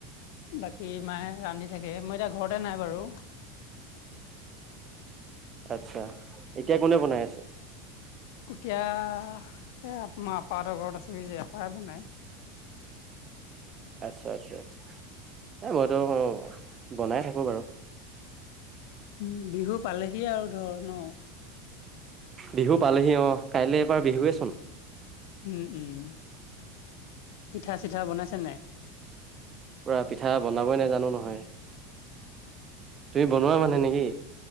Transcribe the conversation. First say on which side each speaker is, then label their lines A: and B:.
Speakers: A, on the left; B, on the right.
A: বাকী মায়ে ৰান্ধি থাকে মই এতিয়া ঘৰতে নাই বাৰু।
B: আচ্ছা এতিয়া কোনে বনাই আছে?
A: এতিয়া এই মই আপাহঁতৰ ঘৰত আছোঁহি যে আপাই বনাই।
B: আচ্ছা আচ্ছা আচ্ছা এই মইতো বনাই থাকো বাৰু।
A: উম বিহু পালেহিয়ে আৰু ধৰ ন।
B: বিহু পালেহি অ', কাইলেপা বিহুৱেচোন।
A: উম উম পিঠা-চিঠা বনাইছেন নাই।
B: পূৰা পিঠা বনাবই নেজানো নহয়। তুমি বনোৱা মানে
A: অ
B: নেকি?